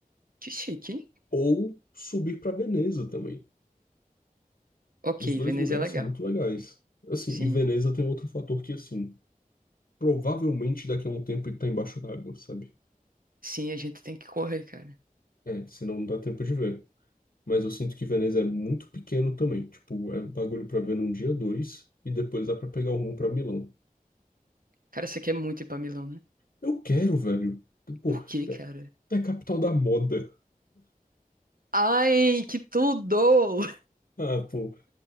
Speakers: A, on the right; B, on the left.
A: que chique, hein?
B: Ou subir para Veneza também.
A: Ok,
B: Os dois
A: Veneza
B: lugares
A: é legal.
B: são muito legais. Assim,
A: Sim.
B: e Veneza tem outro fator que, assim, provavelmente daqui a um tempo ele tá embaixo d'água, sabe?
A: Sim, a gente tem que correr, cara.
B: É, senão não dá tempo de ver. Mas eu sinto que Veneza é muito pequeno também. Tipo, é bagulho pra ver num dia dois e depois dá pra pegar o rumo pra Milão.
A: Cara, você quer muito ir pra Milão, né?
B: Eu quero, velho. Pô,
A: Por quê,
B: é
A: cara?
B: é a capital da moda.
A: Ai, que tudo!
B: Ah, pô.